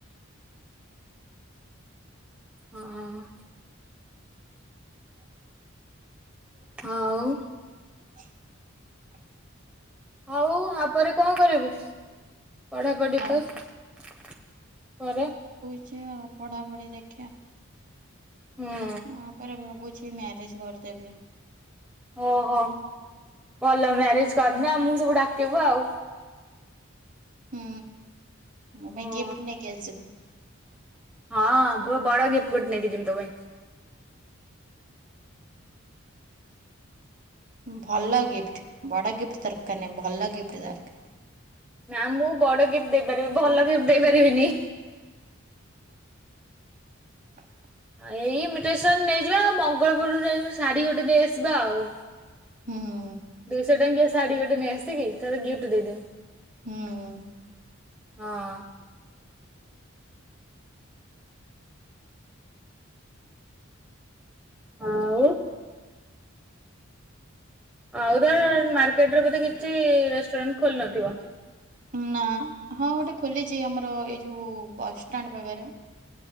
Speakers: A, in the centre; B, on the right.
A: ହଁ
B: <inaudible>
A: ଆଉ
B: <inaudible>
A: ଆଉ ତାପରେ କଣ କରିବୁ ପଢାପଢି
B: ଆଉ
A: ତସ କରେ?
B: ଅଛି ଆଉ ପଢାପଢି ଦେଖିଆ।
A: ହୁଁ
B: ମୁଁ ପରେ ଭାବୁଛି ମ୍ୟାରେଜ କରିଦେବି।
A: ଓହୋ ଭଲ ମ୍ୟାରେଜ କରନା ଆମସବୁ ଡାକିବୁ ଆଉ
B: ହୁଁ ମୋ ପାଇଁ
A: ହଁ
B: ଗିଫ୍ଟ ନେଇକି ଆସିବୁ।
A: ହଁ ଗୋ ବଡ ଗିଫ୍ଟ ଗୋଟେ ନେଇକିଯିବି ତୋପାଇଁ।
B: ଭଲ ଗିଫ୍ଟ ବଡ ଗିଫ୍ଟ ଦରକାର ନାହିଁ ଭଲ ଗିଫ୍ଟ ଦରକାର।
A: ନା ମୁଁ ବଡ ଗିଫ୍ଟ ଦେଇପାରିବି ଭଲ ଗିଫ୍ଟ ଦେଇପାରିବିନି।
B: <inaudible>
A: ଏଇ ଇମିଟେସନ ନେଇଯିବା ଆଉ ମଙ୍ଗଳପୁରୁରୁ ନେଇ ଗଣି ଶାଢୀ ଗୋଟେ ନେଇଆସିବା ଆଉ
B: ହୁଁ ହୁଁ
A: ଦୁଇଶହ ଟଙ୍କିଆ ଶାଢୀ ଗୋଟେ ନେଇଆସିକି ତାେତେ ଗିଫ୍ଟ ଦେଇଦେମି।
B: ହୁଁ
A: ହଁ। ଆଁଉ ଆଉ ଦ ମାର୍କେଟରେ ବୋଧେ କିଛି ରେଷ୍ଟୁରାଣ୍ଟ ଖୋଲିନଥିବ।
B: ନା ହଁ ଗୋଟେ ଖୋଲିଛି ଆମର ଏଇ ଯୋଉ ବସଷ୍ଟାଣ୍ଡ ପାଖରେ